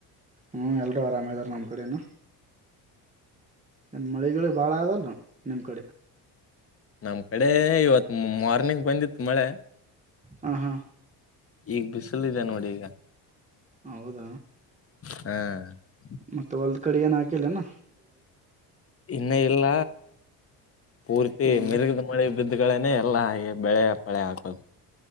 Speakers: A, on the right (about 15°); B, on the left (about 30°).
A: ಹ್ಮಞ ಎಲ್ರುೂ ಆರಾಮ ಇದಾರ ನಮ್ಮ್ ಕಡನು ಹ ಮಳೆಗಳು ಭಾಳ ಅದಲ್ಲ ನಿಮ್ಮ ಕಡೆ
B: ನಮ್ಮ್ ಕಡೆ ಇವತ್ತು ಮಾರ್ನಿಂಗ್ ಬಂದಿತ್ತು ಮಳೆ
A: ಹ ಹಾ
B: ಈಗ ಬಿಸಿಲ್ಿದೆ ನೋಡಿ ಈಗ
A: ಹೌದ
B: ಹಾ
A: ಮತ್ತೆ ಒಲ್ದ ಕಡೆ ಏನಕಿಲ್ಲ ನ
B: ಇನ್ನ ಇಲ್ಲ ಪೂರ್ತಿ
A: ಹ್ಮ್
B: ಮೆರುಗದ ಮಳೆ ಬಿದ್ದ ಗಳೇನೆ ಎಲ್ಲ ಹಾಗೆ ಬೆಳೆ ಪಳೆ ಹಾಕೋದು